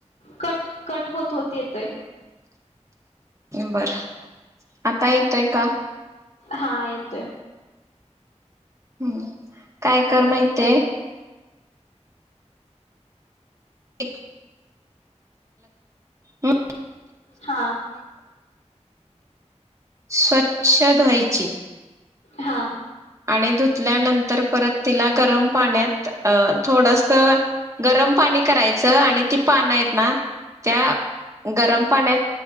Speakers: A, on the left; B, on the right.
A: कट कट होत होते ते
B: बर आता येतोय का
A: हा येतोय
B: हम्म काय कर माहितीये एक हम्
A: हा
B: स्वच्छ धुवायची
A: हा
B: आणि धुतल्यानंतर परत तिला गरम पाण्यात अ थोडस गरम पाणी करायचं आणि ती पान आहेत ना त्या गरम पाण्यात